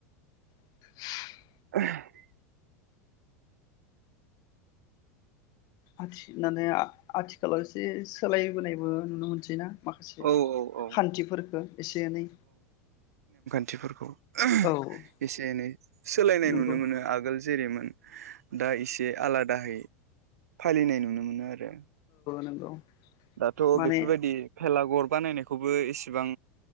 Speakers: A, on the left; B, on the right.
A: <inaudible>
B: <unintelligible>
A: <unintelligible> आथिखालाव एसे सोलायबोनायबो नुनो मोनसै ना माखासे
B: औ औ
A: खान्थिफोरखो एसे एनै
B: खान्थिफोरखौ <unintelligible>
A: औ
B: एसे एनै सोलायनाय
A: नंगौ
B: नुनो मोनो आगोल- जेरैमोन दा एसे आलादाहै फालिनाय नुनो मोनो आरो।
A: नंगौ औ
B: दाथ
A: माने
B: बेफोरबायदि भेलागुर बानायनाय बे खौबो इसेबां